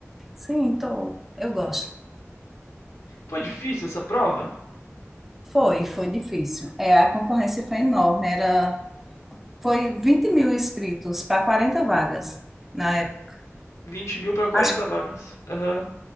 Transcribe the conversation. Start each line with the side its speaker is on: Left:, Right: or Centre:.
Centre: Sim, tô. Eu gosto.
Left: Foi difícil essa prova?
Centre: Foi, foi difícil. É, a concorrência foi enorme. Era, foi vinte mil inscritos para 40 vagas na época.
Left: Vinte mil para quarenta
Centre: Acho,
Left: vagas. Aham.